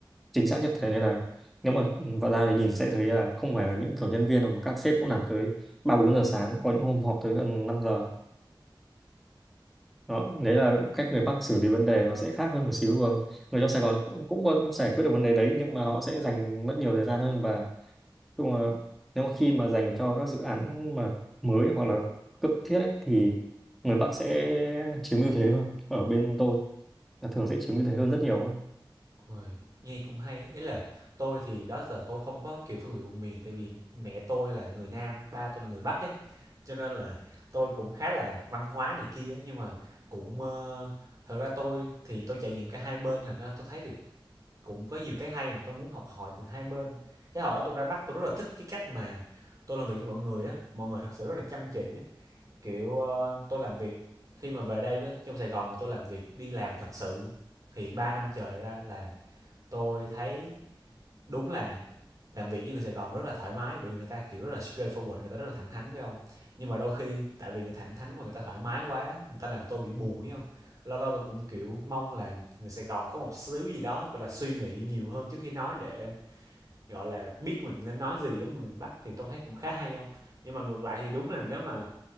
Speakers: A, in the centre; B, on the right.
A: chính xác nhất có thể nên là nếu mà vào ra thì nhìn sẽ thấy là không phải là những kiểu nhân viên đâu mà các sếp cũng làm tới ba bốn giờ sáng có những hôm họp tới gần 5 giờ đó đấy là cách người Bắc xử lý vấn đề nó sẽ khác hơn một xíu và người trong Sài Gòn cũng cũng có giải quyết được vấn đề đấy nhưng mà họ sẽ dành mất nhiều thời gian hơn và chung là nếu mà khi mà dành cho các dự án mà mới hoặc là cấp thiết ấy, thì người Bắc sẽ chiếm ưu thế hơn ở bên tôi là thường sẽ chiếm ưu thế hơn rất nhiều ấy.
B: Uầy, nghe cũng hay ấy. Ý là tôi thì đó giờ tôi không có, kiểu, phân biệt vùng miền tại vì mẹ tôi là người Nam, ba tôi là người Bắc ấy, cho nên là tôi cũng khá là văn hóa này kia ấy. Nhưng mà cũng, ơ, thật ra tôi thì tôi trải nghiệm cả hai bên, thành ra tôi thấy được cũng có nhiều cái hay mà tôi muốn học hỏi từ hai bên. Cái hồi đó tôi ra Bắc tôi rất là thích cái cách mà tôi làm việc với mọi người á, mọi người thật sự rất là chăm chỉ á. Kiểu, ơ, tôi làm việc khi mà về đây với trong Sài Gòn tôi làm việc đi làm thật sự thì 3 năm trời ra là tôi thấy đúng là làm việc với người Sài Gòn rất là thoải mái vì người ta kiểu rất là straightforward người ta rất là thẳng thắn phải không nhưng mà đôi khi tại vì người thẳng thắn và người ta thoải mái quá người ta làm tôi bị buồn phải không lâu lâu tôi cũng kiểu mong là người Sài Gòn có một xíu gì đó gọi là suy nghĩ nhiều hơn trước khi nói để gọi là biết mình nên nói gì giống người Bắc thì tôi thấy cũng khá hay không nhưng mà ngược lại thì đúng là nếu mà